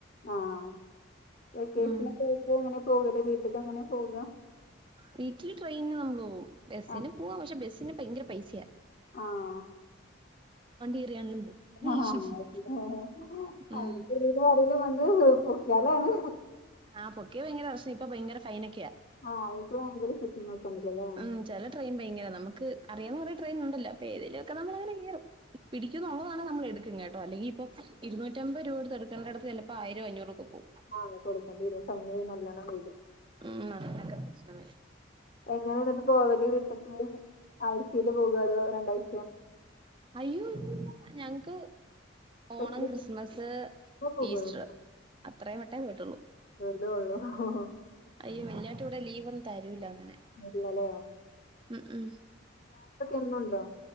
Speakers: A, on the left; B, on the right.
A: ആഹ് വെക്കേഷനെക്കായ്ട്ട്
B: ഉം
A: ങ്ങനെ പോകൽ വീട്ടിക്കങ്ങനെ പോകാ
B: വീട്ടിൽ ട്രെയ്ന് നമ്മൾ പോവും ബസ്സിന്
A: ആഹ്
B: പോവാ പക്ഷെ ബെസ്സിന് ഭയ്ങ്കര പൈസെയാ
A: ആഹ്
B: കയറിയാണെങ്കിലും പോവും
A: ആഹ് അങ്ങന്ല്ലേ <inaudible>
B: ഉം
A: ആരേലും വന്ന് പൊക്ക്യാലാണ്
B: ആഹ് പൊട്യാ ഭയ്ങ്കര പ്രശനം ഇപ്പം ഭയ്ങ്കര ഫൈനൊക്കെയാ
A: ആഹ് ഇപ്പം ഭയ്ങ്കര ചെക്കിങ്ങൊക്കെണ്ട്ലേ
B: ഉം ചെല ട്രെയിൻ ഭയ്ങ്കരതാ നമക്ക് അറിയാവ്ന്ന കൊറേ ട്രെയിൻണ്ടല്ലോ പ്പേതേലൊക്കെ നമ്മള്ങ്ങനെ കേറും പിടിക്കുംന്നുന്നള്ളതാണേ നമ്മളെടുക്കു പിന്നേട്ടോ അല്ലങ്കിപ്പൊ ഇരുന്നൂറ്റമ്പത് രൂപൊട്ത്ത് ട്ക്കണ്ടോട്ത്ത് ചെൽപ്പോ ആയിരോ അഞ്ഞൂറൊക്കെ പോവും
A: ആഹ് കൊടുക്കെണ്ട്യെരും ഫൈൻ നല്ലോണം വെരും
B: ഉം അത്രെക്കെ പ്രശ്നങ്ങൾ
A: എങ്ങനെന്നട്ട് പോവൽ ട്ട്ക്ക് ആഴ്ച്ചേൽ പോകലോ രണ്ടായ്
B: അയ്യോ ല്ലാ ഞങ്ങക്ക് ഓണം
A: വെക്കേഷനിലേ
B: ക്രിസ്മെസ്
A: പോകുള്ളൂ
B: ഈസ്റ്റർ അത്രേ വെട്ടേ പോയ്ട്ടൊള്ളൂ
A: ലൊള്ളൂ ഹ് ഹ്
B: അയ്യോ വെല്ലാട്ട് വടെ ലീവൊന്നും തെരൂലങ്ങനെ
A: ഇല്ലലേ
B: മ് മ്
A: എന്നുണ്ടോ